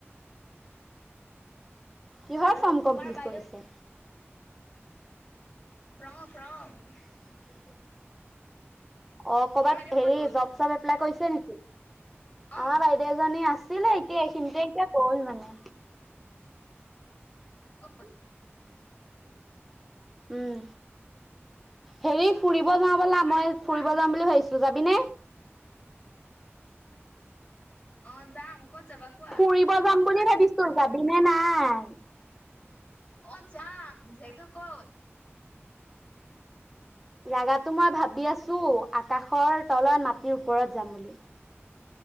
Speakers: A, in the centre; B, on the left.
A: কিহৰ
B: আৰু
A: ফৰ্ম
B: তোমাৰ
A: কমপ্লিট
B: বাইদেউ
A: কৰিছে?
B: প্ৰ প্ৰম
A: <inaudible> অ
B: তোমাৰ
A: কৰবাত
B: বাইদেউ
A: হেৰি
B: ক'ত গ'ল?
A: জব চব এপ্লাই কৰিছে নেকি?
B: অ
A: আমাৰ বাইদেউ এজনী আছে ছিলে এতিয়া এইখিনিতে এতিয়া হ'ল মানে।
B: অ।
A: উম, হেৰি ফুৰিব যাওঁ ব'লা,
B: আৰু
A: মই
B: কোৱা
A: ফুৰিব যাওঁ বুলি ভাবিছো। ত যাবি নে?
B: অ যাম ক'ত যাবা কোৱা?
A: ফুৰিব যাম বুলি ভাবিছো যাবিনে নাই?
B: অ যাম যেটো কত
A: জাগাতো মই ভাবি আছো আকাশৰ তলত মাটিৰ ওপৰত যাম বুলি